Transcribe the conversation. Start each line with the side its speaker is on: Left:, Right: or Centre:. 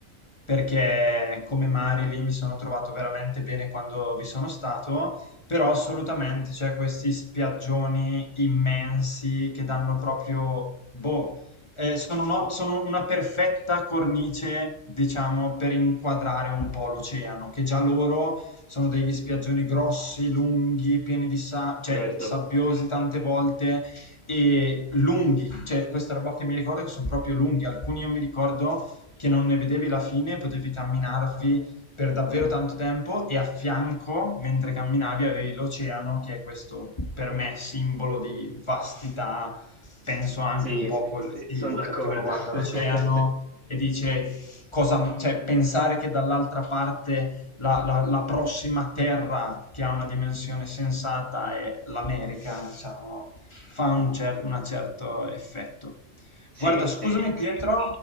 Left: perché come Mari lì mi sono trovato veramente bene quando vi sono stato, però assolutamente c'è questi spiaggioni immensi che danno proprio, boh, eh, sono, uno- sono una perfetta cornice, diciamo, per inquadrare un po' l'oceano, che già loro sono degli spiaggioni grossi, lunghi, pieni di sa- cioè
Right: certo.
Left: sabbiosi tante volte e lunghi, cioè questa roba che mi ricordo che sono proprio lunghi, alcuni io mi ricordo che non ne vedevi la fine, potevi camminarvi per davvero tanto tempo e a fianco, mentre camminavi, avevi l'oceano, che è questo per me simbolo di vastità, penso anche
Right: Sì,
Left: un po'
Right: sì,
Left: collettivo,
Right: sì, sono d'accordo.
Left: perché uno guarda l'oceano
Right: <laughs>
Left: e dice cosa, cioè pensare che dall'altra parte la, la- la prossima terra che ha una dimensione sensata è l'America, diciamo, fa un cer- un certo effetto.
Right: Sì,
Left: Guarda, scusami
Right: sì,
Left: Pietro,